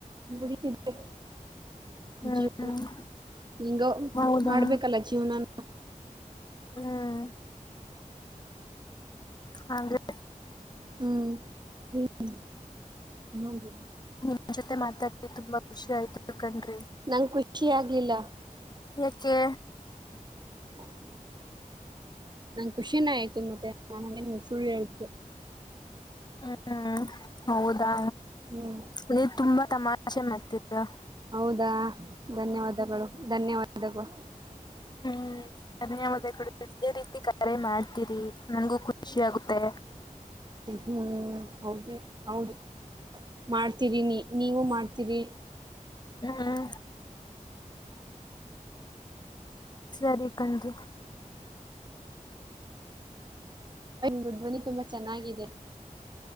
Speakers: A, on the right; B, on the left.
A: ಬಿಡತಿದ್ದೆ
B: ಹ್ಮ್
A: ಜೀವನ ಹಿಂಗ
B: ಹೌದಾ
A: ಮಾಡ್ಬೇಕಲ್ಲ ಜೀವನಾನ
B: ಹ್ಮ್ ಹಾಗೆ
A: ಹ್ಮ್ ಹ ಹ
B: ನಿಮ್ಮ ಜೊತೆ ಮಾತಾಡ್ತಿವಿ ತುಂಬಾ ಖುಷಿ ಆಯ್ತು ಕಣ್ರಿ
A: ನಂಗೆ ಖುಷಿ ಆಗ್ಲಿಲ್ಲ
B: ಎಕೆ
A: <unintelligible> ನಾನ್ ಖುಷಿನ ಆಯ್ತು ಮತ್ತೆ ನನ್ ನಿ ಸುಳ್ಳು ಹೇಳೆ
B: ಹ್ಮ್ ಹೌದಾ
A: ಹ್ಮ್
B: ನೀ ತುಂಬಾ ತಮಾಷೆ ಮಾಡ್ತಿದರ
A: ಹೌದಾ ಧನ್ಯವಾದಗಳು ಧನ್ಯವಾದಗಳು
B: ಹ್ಮ್ ಧನ್ಯವಾದ ಕಡೆ ಇದೇ ರೀತಿ ಕರೆ ಮಾಡ್ತೀರಿ ನನ್ಗೂ ಖುಷಿ ಆಾಗುತ್ತೆ
A: ಹ್ಮ್ ಹೌದು ಹೌದು ಮಾಡ್ತೀರಿನಿ ನೀವು ಮಾಡ್ತೀರಿ
B: ಹ್ಮ್ ಸರಿ ಕರಿ
A: ದು ಧ್ವನಿ ತುಂಬಾ ಚೆನ್ನಾಗಿದೆ